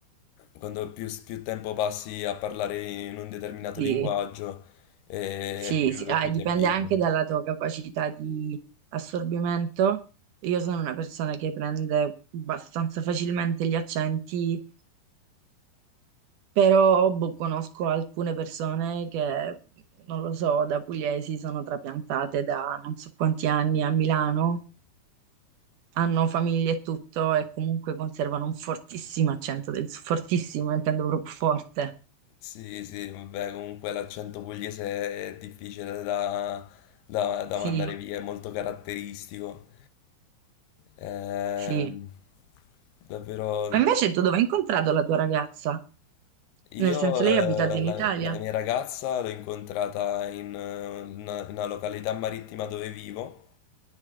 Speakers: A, on the left; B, on the right.
A: Quando più, più tempo passi a parlare in un determinato
B: Sì,
A: linguaggio, eh,
B: sì,
A: più,
B: sì. Ah,
A: più
B: e dipende
A: ti abitui.
B: anche dalla tua capacità di assorbimento. Io sono una persona che prende abbastanza facilmente gli accenti Però boh, conosco alcune persone che, non lo so, da pugliesi sono trapiantate da non so quanti anni a Milano, hanno famiglie e tutto e comunque conservano un fortissimo accento del Sud, fortissimo, intendo proprio forte.
A: Sì, sì, vabbè, comunque l'accento pugliese è difficile da, da- da
B: Sì,
A: mandare via, è molto caratteristico. Ehm,
B: sì.
A: davvero
B: Ma invece tu dove hai incontrato la tua ragazza? Nel
A: Io
B: senso lei
A: eh,
B: abita in
A: la,
B: Italia?
A: la mia ragazza l'ho incontrata in eh, una, in una località marittima dove vivo,